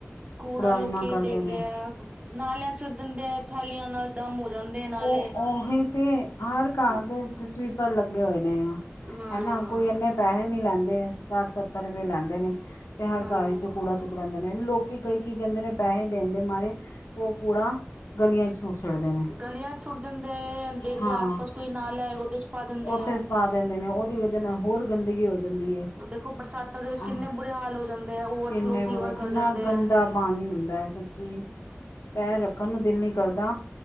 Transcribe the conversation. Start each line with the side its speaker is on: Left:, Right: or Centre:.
Right: ਕੂੜਾ ਲੋਕੀ
Left: ਇੰਨਾ ਕਰਦੇ
Right: ਦੇਖਦੇ
Left: ਨੇ
Right: ਆ। ਨਾਲਿਆਂ ਛੱ <inaudible> ੜ ਦਿੰਦੇ ਆ ਥਾਲੀਆਂ ਨਾਲ ਡਮ ਹੋ ਜਾਂਦੇ ਹੈ ਨਾਲੇ
Left: ਉਹ ਉਹੀ ਤੇ ਹਰ
Right: ਹਨਾ
Left: ਘਰ ਦੇ ਵਿੱਚ ਸਵੀਪਰ ਲੱਗੇ ਹੋਏ ਨੇ ਆ
Right: ਹੂੰ
Left: ਹੈ ਨਾ ਕੋਈ ਇੰਨੇ। ਪੈਸੇ ਨੀ ਲੈਂਦੇ ਸੱਠ-ਸੱਤਰ ਰੁਪਏ ਲੈਂਦੇ ਨੇ ਤੇ ਹਰ
Right: ਹੂੰ
Left: ਘਰ ਵਿੱਚੋ ਕੂੜਾ ਚੁੱਕ ਲੈਂਦੇ ਨੇ। ਲੋਕੀ ਕਈ ਕੀ ਕਹਿੰਦੇ ਨੇ ਪੈਸੇ ਦੇਣ ਦੇ ਮਾਰੇ ਉਹ ਕੂੜਾ ਗਲੀਆਂ ਚ। ਸੁੱਟ ਛੱਡਦੇ ਨੇ
Right: ਗਲੀਆਂ ਚ ਸੁੱਟ ਦਿੰਦੇ ਹੈ ਜਾਂ ਦੇਖਦੇ
Left: ਹਾਂ
Right: ਆਸ ਪਾਸ ਕੋਈ ਨਾਲਾ ਹੈਗਾ ਉਹਦੇ ਚ ਪਾ ਦਿੰਦੇ
Left: ਉੱਥੇ
Right: ਹੈ।
Left: ਪਾ ਦਿੰਦੇ ਨੇ ਉਹਦੀ ਵਜਾ ਨਾਲ ਹੋਰ ਗੰਦਗੀ ਹੋ ਜਾਂਦੀ। ਹੈ
Right: ਦੇਖੋ ਬਰਸਾਤਾਂ ਦੇ ਵਿੱਚ
Left: ਆਹ,
Right: ਕਿੰਨੇ ਬੁਰੇ ਹਾਲ ਹੋ ਜਾਂਦੇ ਆ ਓਵਰਫਲੋ
Left: ਕਿੰਨੇ ਬੁਰੇ
Right: ਸੀਵਰ ਕਰ
Left: ਕਿੰਨਾ
Right: ਜਾਂਦੇ।
Left: ਗੰਦਾ
Right: ਹੈ
Left: ਪਾਣੀ ਹੁੰਦਾ ਹੈ ਸੱਚੀ ਪੈਰ ਰੱਖਣ ਨੂੰ ਦਿਲ ਨਹੀਂ ਕਰਦਾ।